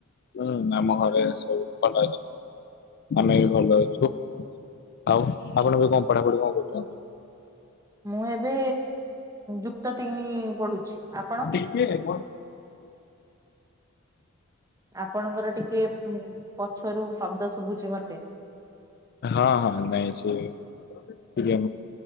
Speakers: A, on the left; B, on the right.
A: ହୁଁ, ଆମ ଘରେ ସବୁ ଭଲ ଅଛନ୍ତି। ଆମେ ବି ଭଲ ଅଛୁ। ଆଉ ଆପଣ ଏବେ କଣ ପଢାପଢି କଣ କରୁଛନ୍ତି?
B: ମୁଁ ଏବେ ଯୁକ୍ତ ତିନି ପଢୁଛି। ଆପଣ?
A: ଟିକେ ହଁ
B: ଆପଣଙ୍କର ଟିକେ ପ-ପଛରୁ ଶବ୍ଦ ଶୁଭୁଛି ମତେ।
A: ହଁ ହଁ। ନାଇଁ ସିଏ ଟିକେ